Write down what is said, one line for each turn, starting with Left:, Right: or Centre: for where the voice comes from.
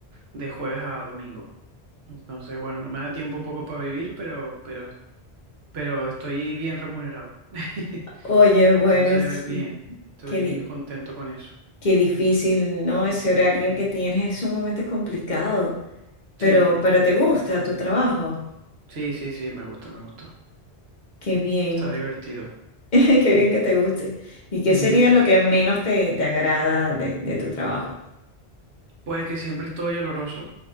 Right: de jueves a domingo. Entonces, bueno, no me da tiempo un poco para vivir, pero, pero, pero estoy bien remunerado. <laughs>
Left: Oye, bueno,
Right: Entonces,
Left: sí,
Right: bien, estoy
Left: qué, di-
Right: contento con eso.
Left: qué difícil, ¿no? Ese horario que tienes es sumamente complicado,
Right: Sí,
Left: pero, pero te gusta tu trabajo.
Right: sí, sí, sí, me gusta, me gusta.
Left: Qué bien,
Right: Está divertido.
Left: <laughs> qué bien que te guste. ¿Y qué
Right: Ujú.
Left: sería lo que menos te, te agrada de, de tu trabajo?
Right: Pues que siempre estoy oloroso.